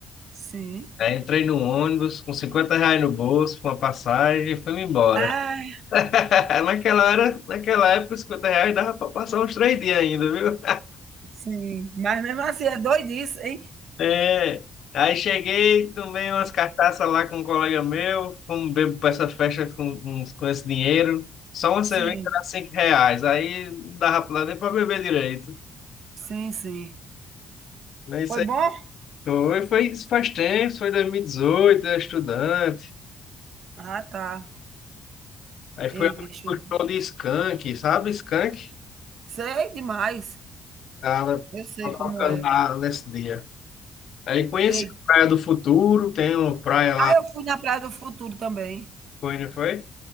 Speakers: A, on the right; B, on the left.
A: Sim.
B: Aí entrei no ônibus com 50 reais no bolso, com uma passagem e fui embora.
A: É.
B: <laughs> Naquela hora, naquela época, 50 reais dava para passar uns três dias ainda, viu?
A: Sim, mas mesmo assim é doidice, hein?
B: É, aí cheguei, tomei umas cartaças lá com um colega meu, fomos beber para essa festa com, com com esse dinheiro. Só uma
A: Sim,
B: cerveja era 5 reais, aí não dava pra- nem para beber direito.
A: sim, sim.
B: Mas
A: Foi
B: isso
A: bom?
B: Foi, foi, isso faz tempo, foi 2018, era estudante.
A: Ah, tá.
B: Aí foi
A: Ei,
B: o
A: deixa eu.
B: show de Skank, sabe? Skank?
A: Sei demais.
B: Tava
A: Eu sei
B: tocando
A: como é.
B: lá nesse dia. Aí conheci
A: Ei.
B: a Praia do Futuro, tem uma praia lá,
A: Ah, eu fui na Praia do Futuro também.
B: foi, não foi?